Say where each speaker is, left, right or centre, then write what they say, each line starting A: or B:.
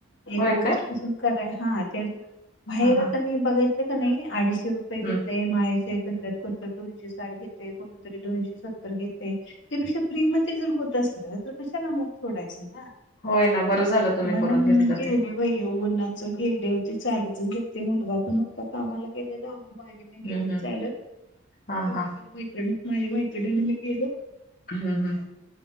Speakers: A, on the left; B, on the left.
A: एक
B: होय
A: ऑगस्ट
B: काय
A: पासून कराय हा हा ते ब बाहेर
B: हा
A: आता
B: हा
A: मी बघाय का नाही अडीचश रुपयेघेत
B: हम्म
A: माय <unintelligible> कोण दोनशे साठ घेते कोणीतरी दोनशे सत्त घेत त्यापेक्षा फ्री मधे जर होत असलं तर कशाला मग सोडायचं <unintelligible>
B: होय ना बरं झालं तुम्ही
A: णा म्हणून
B: करून घेतलं
A: गेले
B: ते
A: भाई उन्हाच गेले हो ते चालू <unintelligible> मुलगा पण नवता कामाला गेलेला मागे नाही
B: हम्म
A: गेले
B: हम्म
A: चालत
B: हा
A: दोघी
B: हा
A: जण मैत्रिणी माझी माहि तीडेन मी ग येलो
B: हम्म हम्म